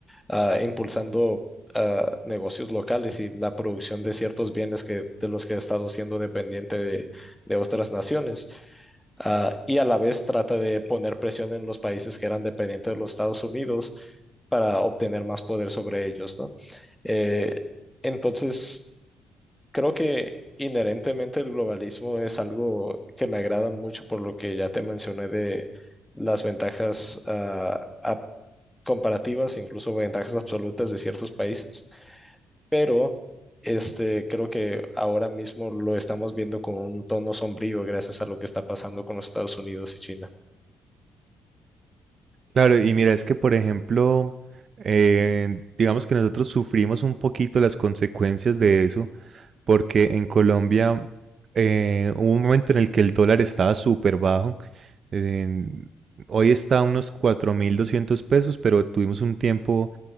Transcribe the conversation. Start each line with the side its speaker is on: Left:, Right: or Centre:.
Centre: ah, impulsando ah, negocios locales y la producción de ciertos bienes que, de los que ha estado siendo dependiente de, de otras naciones. Ah, y a la vez trata de poner presión en los países que eran dependientes de los Estados Unidos para obtener más poder sobre ellos, ¿no? Eh, entonces, creo que inherentemente el globalismo es algo que me agrada mucho por lo que ya te mencioné de las ventajas ah, ap- comparativas, incluso ventajas absolutas de ciertos países, pero este, creo que ahora mismo lo estamos viendo con un tono sombrío gracias a lo que está pasando con los Estados Unidos y China.
Right: Claro, y mira, es que por ejemplo, eh, digamos que nosotros sufrimos un poquito las consecuencias de eso, porque en Colombia eh, hubo un momento en el que el dólar estaba súper bajo. en- hoy está a unos 4.200 pesos, pero tuvimos un tiempo